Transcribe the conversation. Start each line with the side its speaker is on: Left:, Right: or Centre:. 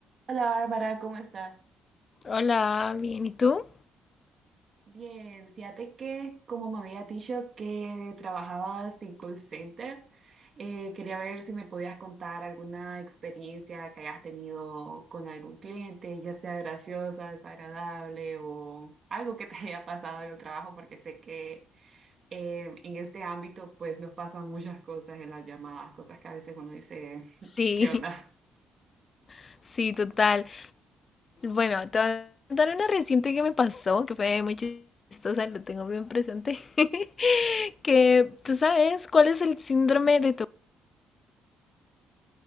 Right: Hola Bárbara, ¿cómo estás?
Left: Hola, bien, ¿y tú?
Right: Bien, fíjate que como me había dicho que trabajabas en call center, eh, quería ver si me podías contar alguna experiencia que hayas tenido con algún cliente, ya sea graciosa, desagradable o algo que te <laughs> haya pasado en el trabajo, porque sé que eh, en este ámbito pues nos pasan muchas cosas en las llamadas, cosas que a veces uno dice,
Left: Sí,
Right: <laughs> ¿qué onda?
Left: <laughs> sí, total. Bueno, te voy a contar una reciente que me pasó, que fue muy chistosa, lo tengo bien presente, <laughs> que tú sabes cuál es el síndrome de tu,